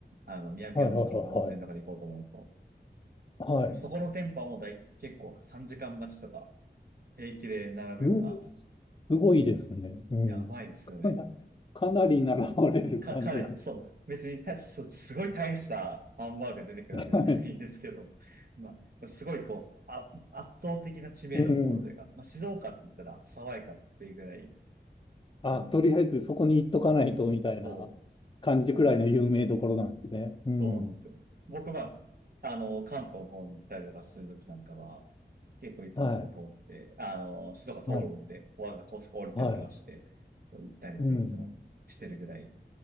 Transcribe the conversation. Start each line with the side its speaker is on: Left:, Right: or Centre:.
Right: あの、246号線とかで行こうと思うと。
Left: はい、はい、はい、はい。はい。
Right: でもそこの店舗はもうだい、結構3時間待ちとか、平気で並ぶような、
Left: うすごいですね。うん。
Right: やばいですよね。
Left: <laughs> かな、かなり習われる感じなんですね。
Right: か、かなり、そう、別にたす、すごい大したハンバーグが出てくるわけじゃないんですけど、
Left: <laughs> はい。
Right: まあ、すごいこう、あ、圧倒的な知名度を誇るというか、
Left: うん。
Right: まあ、静岡って言ったら爽やかっていうぐらい、
Left: あ、
Right: こう
Left: とりあえずそこに行っとかないとみたいな感じくらいの有名どころなんですね。
Right: そうです。で、僕、
Left: うん。
Right: そうなんですよ。僕は、あの、関東の方に行ったりとかするときなんかは、結構いつもそこ通って、
Left: はい。
Right: あの、静岡通るんで、
Left: はい。
Right: わざわざ高速降りたりとかして、
Left: はい。
Right: こう行ったりとかいつもしてるぐらい、
Left: うん。